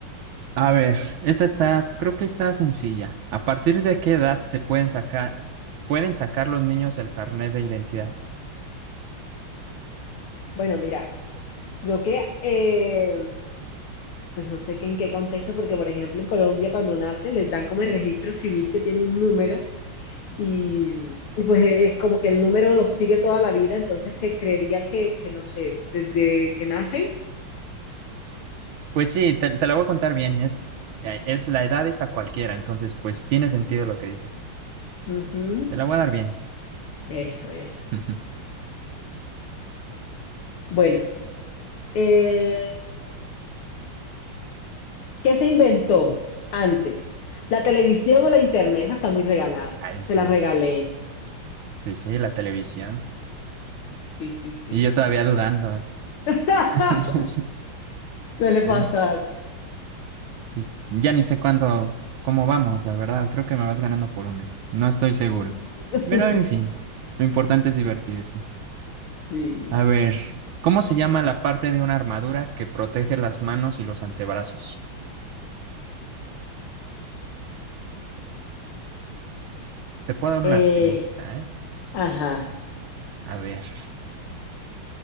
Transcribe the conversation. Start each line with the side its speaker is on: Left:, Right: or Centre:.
Right: A ver, esta está, creo que está sencilla. ¿A partir de qué edad se pueden sacar, pueden sacar los niños el carnet de identidad?
Left: Bueno, mira, creo que, eh, pues no sé que en qué contexto, porque por ejemplo en Colombia cuando nacen les dan como el registro civil que tiene un número Y, y pues e, es como que el número los sigue toda la vida, entonces que creería que, que no sé, desde que nacen.
Right: Pues sí, te, te la voy a contar bien. Es, eh, es la edad es a cualquiera, entonces pues tiene sentido lo que dices.
Left: Ujú,
Right: Te la voy a dar bien.
Left: Eso es.
Right: <laughs>
Left: Bueno, eh, ¿qué se inventó antes? ¿La televisión o la internet? Esa está muy regalada.
Right: Ay, sí,
Left: Te la regalé.
Right: sí, sí, la televisión.
Left: Sí, sí, sí.
Right: Y yo todavía dudando.
Left: <laughs>
Right: <laughs>
Left: Suele
Right: Ay,
Left: pasar.
Right: sí. Ya ni sé cuándo, cómo vamos, la verdad. Creo que me vas ganando por una. No estoy seguro.
Left: <laughs>
Right: Pero en fin, lo importante es divertirse.
Left: Sí.
Right: A ver, ¿cómo se llama la parte de una armadura que protege las manos y los antebrazos? Te puedo dar
Left: Eh,
Right: una pista, ¿eh?
Left: ajá.
Right: A ver,